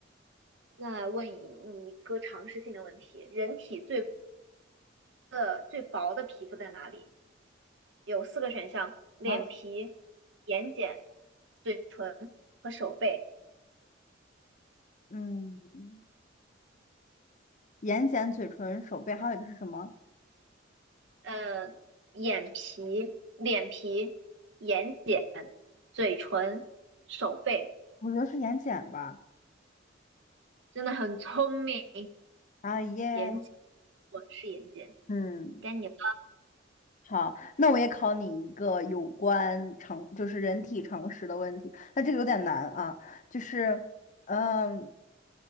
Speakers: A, on the right; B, on the left.
A: 那来问你你一个常识性的问题：人体最的最薄的皮肤在哪里？有四个选项：脸皮、
B: 好，
A: 眼睑、嘴唇和手背。
B: 嗯，眼睑、嘴唇、手背，还有一个是什么？
A: 呃，眼皮、脸皮、眼睑、嘴唇、手背，
B: 我觉得是眼睑吧。
A: 真的很聪明。
B: 啊耶，
A: 眼睑，我是眼睑，
B: 嗯。
A: 该你了。
B: 好，那我也考你一个有关常，就是人体常识的问题。那这个有点难啊，就是，嗯，